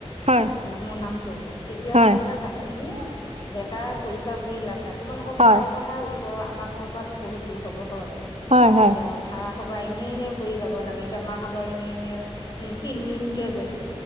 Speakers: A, on the right (about 70°); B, on the left (about 40°).
A: হয়
B: মোৰ নাম তেতিয়াহ'লেহে
A: হয়
B: যাম এনে বেকাৰ পইচা ভৰি লাভ নাই তোমালোকৰ
A: হয়
B: ঘৰৰ পৰা হে ওচৰ আমাৰ ঘৰৰ পৰাতো বহুত দূৰ হ'ব হয়
A: হয় হয়
B: এতিয়া ভাড়া সবা এনেই এনে ভৰি যাব লাগে এতিয়া মাহতৰ এনেই এনে উম তিন দিন কে গৈছে